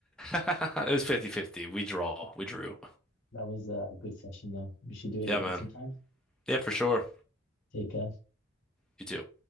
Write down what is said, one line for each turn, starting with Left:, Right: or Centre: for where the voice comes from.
Centre: It was fifty-fifty. We draw. We drew.
Left: That was uh, a good session though. We should do it
Centre: Yeah,
Left: again
Centre: man.
Left: sometime.
Centre: Yeah, for sure.
Left: Take care.
Centre: You too.